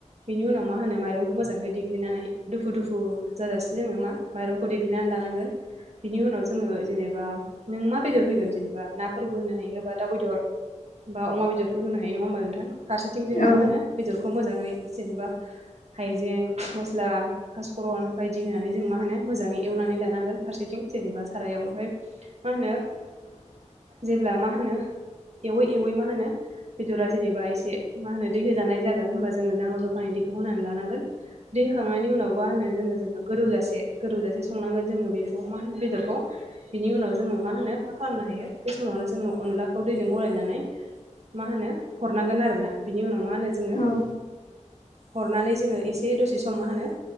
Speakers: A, on the right; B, on the left.
A: बिनि उनाव मा होनो माइरंखौ मोजाङै देग्लिनानै दुफु दुफु जाजासै जोंङो मा माइरंखौ देग्लिनानै लानांगोन बिनि उनाव जोंङो जेनेबा नों मा बेदर होगोन जेनेबा ना फोरबो होनो हायो एबा दाउ बेदर बा अमा बेदरफोर होनो हायो नंङा होमबा नोंथां फसेथिं जोंङो
B: औ
A: मा बेफोरखौ मोजांङै जेनेबा हाइजें मस्ला पासकरन बायदि होनानै जों मा होनो मोजांङै एवनानै लानांगोन फारसेथिं जेनेबा सारायाव ओमफ्राय मा होनो
B: <inaudible>
A: जेब्ला मा होनो एवै एवै मा होनो बेदरा जेनेबा एसे मा होनो दै होजानाय जागोन होनोमबा जोंङो नांगौ जखानि दैखौ होनानै लानांगोन दै होखांनायनि उनाव मा होनो जोंङो जेनेबा गोदौजासे गोदौजासे संनांगोन जोंङो बेखौ मा होनो बेदरखौ बिनि उनाव जोंङो मा होनो मा खालामनो हायो बे समावनो जोंङो अनलाखौ दैजों गलायनानै मा होनो हरनांगोन आरोना बिनि उनाव मा होनो जोंङो
B: औ
A: हरनानै जोंङो एसे दसे सम मा होनो